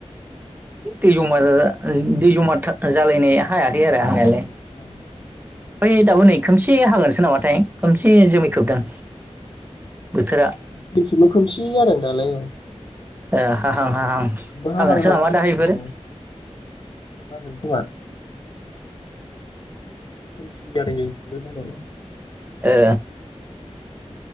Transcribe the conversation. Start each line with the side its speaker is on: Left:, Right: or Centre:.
Right: दै जमा दै जमा था जालाय हायाखै आरो हानायालाय।
Left: औ
Right: बै दाबो नै खोमसि हागोनसो नामाथाय खोमसि जोमै खोबदों। बोथोरा
Left: बेखेबाव खोमसि जादों दालाय औ।
Right: ए हाहां‌ हाहां
Left: हाहां
Right: हागोनसो
Left: हाहां
Right: नामा
Left: जादों
Right: दाहायफोर।
Left: औ मा होनगोन खोमा खोमसि जादों जोंथिंबो जानायालाय।
Right: ए